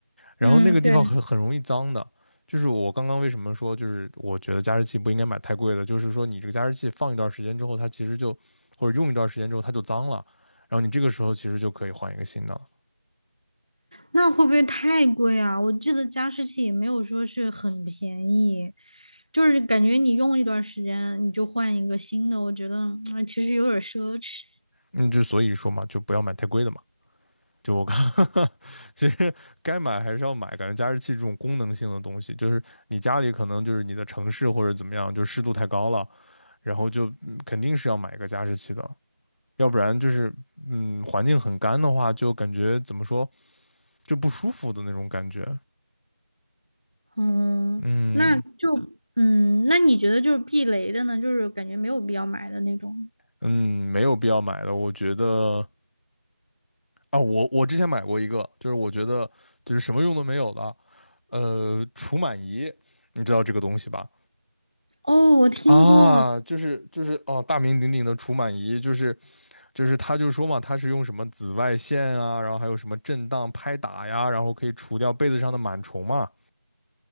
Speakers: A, on the left; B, on the right.
A: 然后那个地方很很容易脏的，
B: 嗯，对，
A: 就是我刚刚为什么说，就是我觉得加湿器不应该买太贵的，就是说你这个加湿器放一段时间之后，它其实就或者用一段时间之后它就脏了，然后你这个时候其实就可以换一个新的了。
B: 那会不会太贵啊？我记得加湿器也没有说是很便宜，就是感觉你用一段时间你就换一个新的，我觉得嗯其实有点奢侈。
A: 嗯，就所以说嘛，就不要买太贵的嘛。就我刚 <laughs>，其实该买还是要买，感觉加湿器这种功能性的东西，就是你家里可能就是你的城市或者怎么样，就湿度太高了，然后就嗯肯定是要买一个加湿器的，要不然就是嗯环境很干的话，就感觉怎么说，就不舒服的那种感觉。
B: 嗯，
A: 嗯
B: 那就嗯，那你觉得就是避雷的呢？就是感觉没有必要买的那种。
A: 嗯，没有必要买的，我觉得啊，我我之前买过一个，就是我觉得就是什么用都没有的，呃，除螨仪，你知道这个东西吧？
B: 哦，我听过。
A: 啊，就是就是哦，大名鼎鼎的除螨仪，就是就是他就说嘛，他是用什么紫外线啊，然后还有什么震荡拍打呀，然后可以除掉被子上的螨虫嘛。